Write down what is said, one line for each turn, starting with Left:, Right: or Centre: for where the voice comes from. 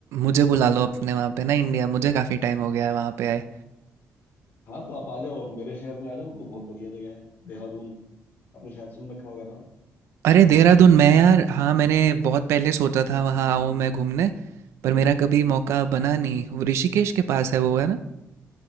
Right: मुझे बुला लो
Left: हाँ
Right: अपने वहाँ पे ना इंडिया मुझे काफ़ी टाइम हो गया है वहाँ पे आए
Left: हाँ तो आप आ जाओ और मेरे शहर में आ जाओ वो तो बहुत बढ़िया जगह है देहरादून आपने शायद सुन रखा होगा नाम
Right: अरे देहरादून मैं यार हाँ मैंने बहुत पहले सोचा था वहाँ आऊँ मैं घूमने पर मेरा कभी
Left: अच्छा
Right: मौका बना नहीं
Left: हम्म,
Right: वो ऋषिकेश के पास है वो है ना